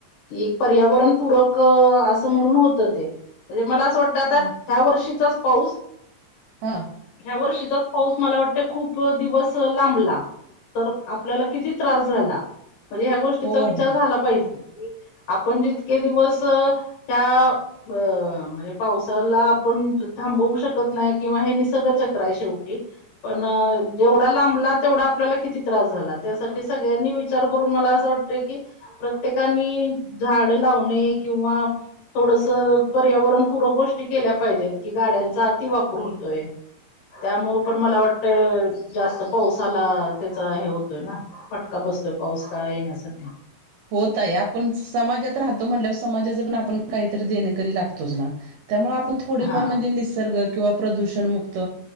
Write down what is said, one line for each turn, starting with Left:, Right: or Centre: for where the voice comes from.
Left: कि एक पर्यावरणपूरक असं म्हणून होतं ते म्हणजे मला असं वाटत टत आता
Right: हं,
Left: ह्या वर्षीचाच पाऊस
Right: हा.
Left: ह्या वर्षीचाच पाऊस मला वाटतय खूप दिवस लांबला. तर आपल्याला किती त्रास झाला. म्हणजे ह्या गोष्टीचा
Right: हो
Left: विचार
Right: हो
Left: झाला पाहिजे की आपण जितके दिवस ह्या ब म्हणजे पावसाला आपण थांबवू शकत नाही किंवा हे निसर्गचक्र आहे शेवटी. पण जेवढा लांबला तेवढा आपल्याला किती त्रास झाला त्यासाठी सगळ्यांनी वि विचार करून मला असं वाटतं की प्रत्येकानी झाड लावणे किंवा थोडस पर्यावरणपूरक गोष्टी केल्या पाहिजेत की गाड्यांचा अति वापर होतोय. त्यामुळं पण मला वाटतं जास्त पावसाला त्याच हे होतोय ना. फटका बसतोय पाऊस काळ येण्याचा.
Right: हो ताई आपणच समाजात राहतो म्हणल्यावर समाजाचे पण आपण काहीतरी देणेकरी लागतोच ना त्यामुळे आपण थोडीफार
Left: हा
Right: म्हणजे निसर्ग किंवा प्रदूषण मुक्त